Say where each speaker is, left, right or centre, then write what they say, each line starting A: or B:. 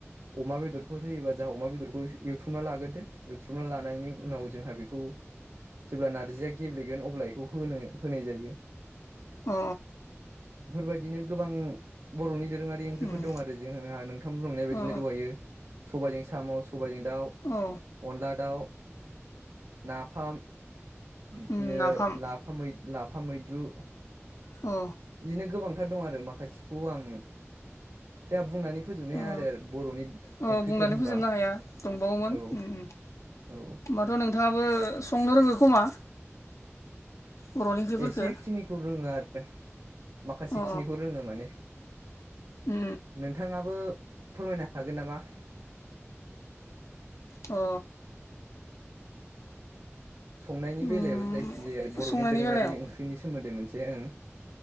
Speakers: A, on the right; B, on the left.
A: अमा बेदरफोर होयोबा जोंहा अमा बेदरखौ एवथ्रुमना लाग्रोदो एवथ्रुमना लानायनि उनाव जोंहा बे खौ जेब्ला नारजिया गेब्लेगोन अब्ला बेखौ होनो होनाय जायो
B: अ
A: बेफोरबायदिनो गोबां बर'नि दोरोङारि ओंख्रिफोर
B: उम
A: दं आरो जोंहा नोंथां बुंंनाय बायदिनो
B: अ
A: द'हायो सबायजों साम' सबायजों दाउ
B: औ
A: अनला दाउ नाफाम बिदिनो
B: उम नाफाम
A: लाफा लाफा मैद्रु
B: अ
A: बिदिनो गोबांथार दं आरो माखासेखौ आं जोंहा बुंनानै फोजोबनो हाया
B: औ
A: आरो बर'नि
B: औ
A: ओंख्रिफोर
B: बुंनानै
A: होनबा
B: फोजोबनो हाया दंबावोमोन
A: औ
B: उम उम
A: औ
B: होनोमबाथ' नोंथाङाबो संनो रोङो खोमा बर'नि ओंख्रिफोरखो
A: एसे खिनिखौ रोङो आरो माखासे
B: अ
A: खिनिखौ रोङो माने
B: अ
A: नोंथाङाबो फोरमायनो हागोन नामा
B: अ
A: संनायनि
B: उम
A: बेलायाव जायखिजाया बर'नि
B: संनायनि
A: दोरोङारि
B: बेलायाव
A: ओंख्रिनि सोमोन्दै मोनसे ओं